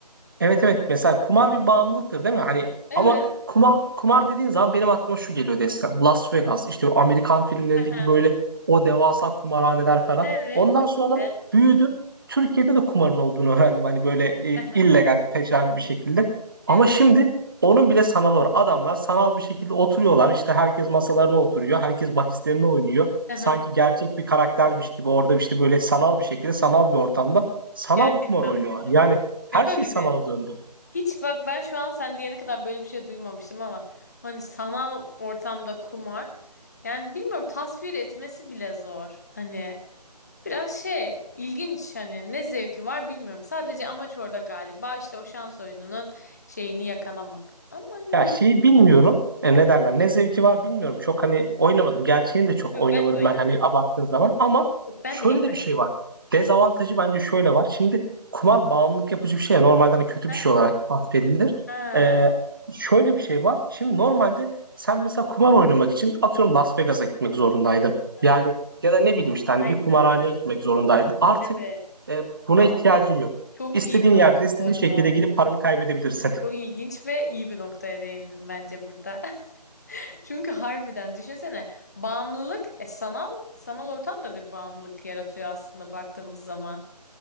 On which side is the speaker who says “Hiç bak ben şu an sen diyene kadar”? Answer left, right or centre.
Left